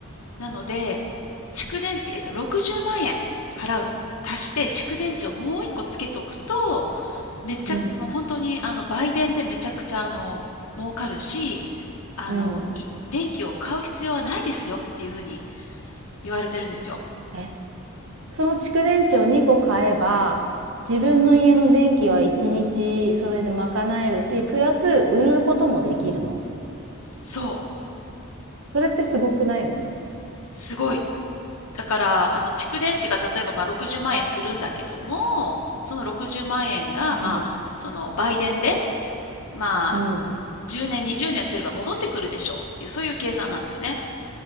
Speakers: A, on the left; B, on the right.
A: なので、蓄電池、えっと、60万円払う、足して蓄電池をもう1個つけとくと、めっちゃ、
B: うん。
A: もう本当に、あの、売電でめちゃくちゃ、あの、儲かるし、あの、
B: うん。
A: い、電気を買う必要はないですよっていうふうに言われてるんですよ。
B: え、その蓄電池を2個買えば、自分の家の電気は1日それで賄えるし、プラス売ることもできるの
A: そう。
B: それってすごくない
A: すごい。だから、あの、蓄電池が例えば、まあ、60万円するんだけども、その60万円が、
B: うん。
A: まあ、その、売電で、まあ、
B: うん。
A: 10年、20年すれば戻ってくるでしょうっていう、そういう計算なんですよね。